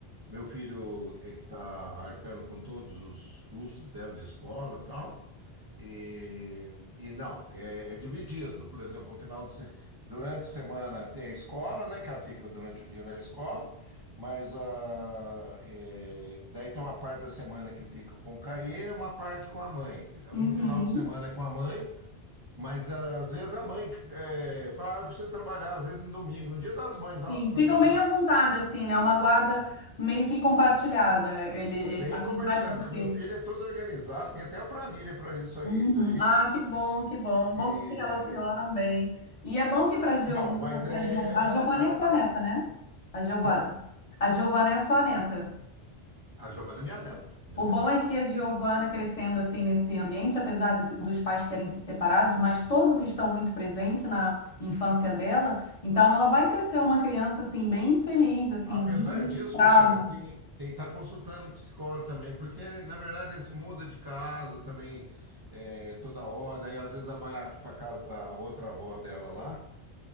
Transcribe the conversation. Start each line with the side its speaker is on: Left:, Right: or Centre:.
Right: Meu filho é que está arcando com todos os custos dela de escola e tal. E, e não, é, é dividido. Por exemplo, no final de, se- durante a semana tem a escola, né? Que ela fica durante o dia na escola, mas ah, é, daí tem uma parte da semana que fica com o Caê e uma parte com a mãe. Fi-
Left: Uhum.
Right: Um final de semana é com a mãe, mas ah, às vezes a mãe é, fala, ah, eu preciso trabalhar, às vezes no domingo, no dia das mães, ó,
Left: E
Right: aconteceu
Left: ficam bem
Right: isso
Left: à vontade,
Right: aí.
Left: assim, né? É Uma guarda meio que compartilhada, ele, ele,
Right: Bem
Left: apesar
Right: compartilhado,
Left: de
Right: que
Left: ter.
Right: o meu filho é todo organizado, tem até uma planilha para isso aí.
Left: Uhum.
Right: Então,
Left: Ah, que bom, que bom. Bom
Right: E,
Left: que se relacionam bem. E é bom que para Giovana,
Right: Não, mas é,
Left: para Giovana, a
Right: é- ela,
Left: Giovana
Right: ela
Left: é sua
Right: trabalha.
Left: neta, né? A Giovana.
Right: Como?
Left: A Giovana é sua neta.
Right: A Giovana é minha neta, minha
Left: O
Right: neta.
Left: bom é que a Giovana crescendo assim nesse ambiente, apesar do- dos pais terem se separados, mas todos estão muito presentes na infância dela, então ela vai crescer uma criança assim bem feliz, assim,
Right: Apesar
Left: muito dos
Right: disso,
Left: traumas
Right: Peixeira, tem que estar consultando o psicólogo também, porque, na verdade, esse muda de casa também é, toda hora, e às vezes ela vai para casa da outra avó dela lá,